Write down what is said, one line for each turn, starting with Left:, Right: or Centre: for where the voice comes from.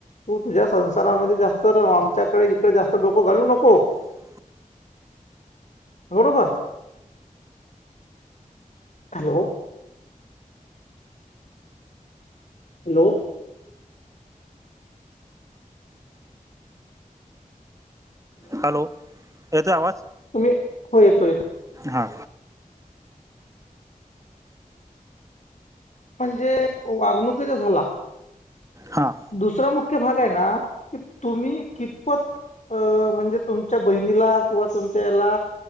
Left: तू तुझ्या संसारामध्ये जास्त रम आमच्याकडे इकडे जास्त डोकं घालू नको.
Right: <inaudible>
Left: बरोबर हॅलो. हॅलो.
Right: हॅलो येतोय आवाज?
Left: तुम्ही हो येतो येत.
Right: हा.
Left: म्हणजे वागणुकीचा झाला.
Right: हां
Left: दुसरा मुख्य भाग आहे ना की तुम्ही कितपत अ म्हणजे तुमच्या बहिणीला किंवा तुमच्या याला